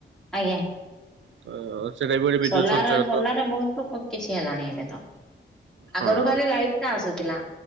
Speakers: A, in the centre; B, on the right.
A: ଆଜ୍ଞା।
B: ତ ସେଇଟା ବି ଗୋଟେ ବିଦ୍ୟୁତ
A: ସଲାର
B: ସଞ୍ଚୟ
A: ସୋଲାରେ
B: ତ
A: ବହୁତ ପୋକ କିଛି ହେଲାଣି ଏବେ ତ
B: ହଁ।
A: ଆଗରୁ ଖାଲି ଲାଇଟ୍ ଟା ଆସୁଥିଲା।